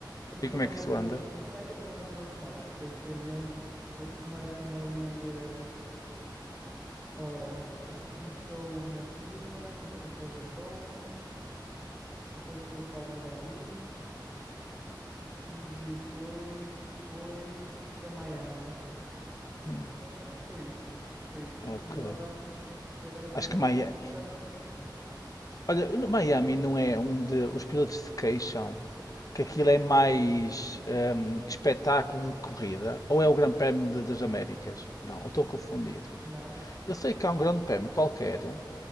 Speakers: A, on the right; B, on the left.
A: Aquilo
B: E
A: também
B: como é que
A: não
B: isso
A: é todas
B: anda?
A: as semanas, é aquilo também não é todas as semanas, depois dependendo, eles começam ali. eh, Ora, acho que começou na China, depois foi para o Japão, depois foi para Abu Dhabi e depois foi para Miami.
B: Hum,
A: Eh, acho que foi isto. Acho que foi isto.
B: ok.
A: E agora, e agora vem
B: Acho
A: a
B: que
A: próxima
B: Miami.
A: que por acaso não sei onde é que é.
B: Olha, no- Miami não é onde os pilotos se queixam que aquilo é mais hum, espetáculo de corrida, ou é o Grande Prémio de- das Américas? Não, eu estou a confundir.
A: Não, eh,
B: Eu sei que há um Grande Prémio qualquer